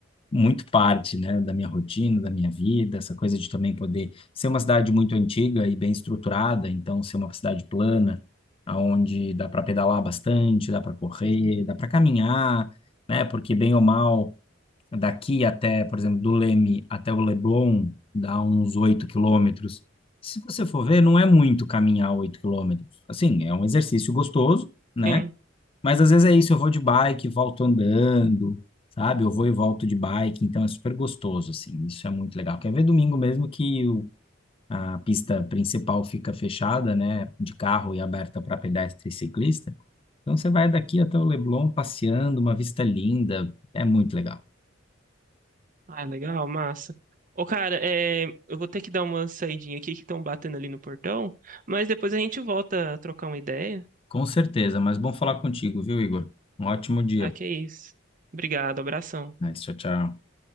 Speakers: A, on the left (about 25°); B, on the right (about 40°).
A: muito parte, né, da minha rotina, da minha vida, essa coisa de também poder ser uma cidade muito antiga e bem estruturada, então ser uma cidade plana, aonde dá para pedalar bastante, dá para correr,
B: Sim,
A: dá para caminhar, né? Porque bem ou mal, daqui até, por exemplo, do Leme até o Leblon, dá uns 8 quilômetros. Se você for ver, não é muito caminhar 8 quilômetros. Assim, é um exercício gostoso, né?
B: sim.
A: Mas às vezes é isso, eu vou de bike, volto andando, sabe? Eu vou e volto de bike, então é super gostoso, assim, isso é muito legal. Quer ver domingo mesmo que o- a pista principal fica fechada, né, de carro e aberta para pedestre e ciclista. Então você vai daqui até o Leblon passeando, uma vista linda, é muito legal.
B: Ah, legal, massa. Ô, cara, é, eu vou ter que dar uma saidinha aqui que estão batendo ali no portão, mas depois a gente volta a trocar uma ideia.
A: Com certeza, mas bom falar contigo, viu, Igor? Um ótimo dia.
B: Ah, que é isso. Obrigado, abração.
A: Mas, Tchau, tchau.